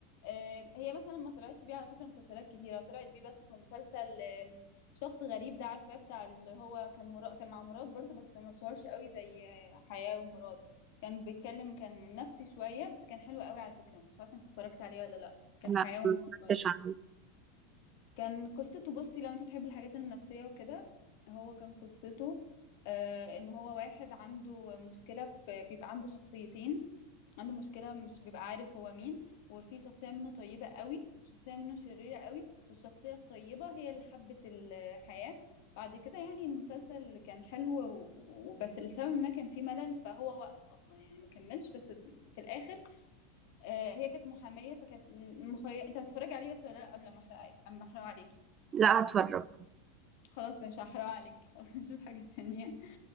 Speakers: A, on the left; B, on the right.
A: أه هي مثلا ما طلعتش بيه على فكره مسلسلات كتيره طلعت بيه بس في مسلسل آم، شخص غريب ده عارفاه بتاع اللي هو كان مرا... كان مع مراد برضو بس ما اتشهرش قوي زي آه، حياه ومراد كان بيتكلم كان نفسي شويه بس كان حلو قوي على فكره مش عارفه انت اتفرجت عليه ولا لا كانت
B: لا
A: حياه ومراد
B: ما سمعتش عنه
A: كان قصته بصي لو انت تحبي الحاجات النفسية وكده هو كان قصته آه ان هو واحد عنده مشكلة في بيبقى عنده شخصيتين عنده مشكلة مش بيبقى عارف هو مين وفي شخصية منه طيبة قوي شخصية منه شريرة قوي والشخصية الطيبة هي اللي حبت الحياة بعد كده يعني المسلسل كان حلو و- وبس لسبب ما كان فيه ملل فهو وقف اصلا يعني ما كملش بس في الاخر آه هي كانت محامية فكانت مخي... انت هتتفرج عليه بس ولا لا قبل ما احرق اما احرق عليك
B: لا هتفرج
A: خلاص مش هحرق عليك <laughs> خلاص نشوف حاجة تانية